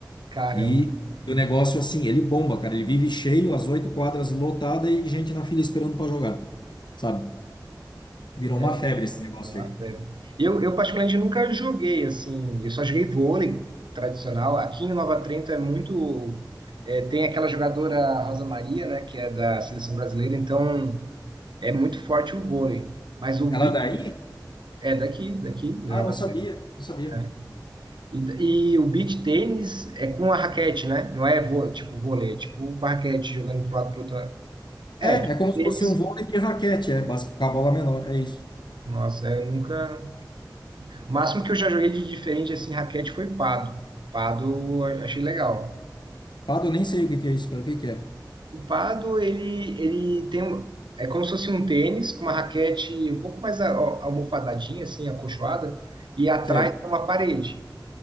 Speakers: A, on the right; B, on the left.
A: Caramba,
B: E o negócio assim, ele bomba, cara, ele vive cheio, as oito quadras lotada e gente na fila esperando para jogar, sabe? Virou
A: é
B: uma febre esse negócio
A: é uma
B: aí.
A: febre. Eu, eu particularmente nunca joguei assim, eu só joguei vôlei tradicional. Aqui em Nova Trento é muito. é, tem aquela jogadora Rosa Maria, né, que é da seleção brasileira, então. É muito forte o vôlei, mas o
B: Ela
A: beach
B: daí?
A: é daqui, daqui, de
B: Ah,
A: Nova
B: não sabia,
A: Zelândia.
B: não sabia.
A: né? E, e o beach tênis é com a raquete, né? Não é vô- tipo vôlei, é tipo com a raquete jogando pro lado pro outro. lado. É,
B: É,
A: tipo
B: é como se
A: tênis.
B: fosse um vôlei de raquete, é, básico, com a bola menor, é isso.
A: Nossa, eu nunca. O máximo que eu já joguei de diferente assim, raquete foi pado. Pado eu achei legal.
B: Pado, eu nem sei o que que é isso, cara, o que que é?
A: O pado ele ele tem um- é como se fosse um tênis com uma raquete um pouco mais a- almofadadinha assim, acolchoada e atrás
B: Sei.
A: tem uma parede.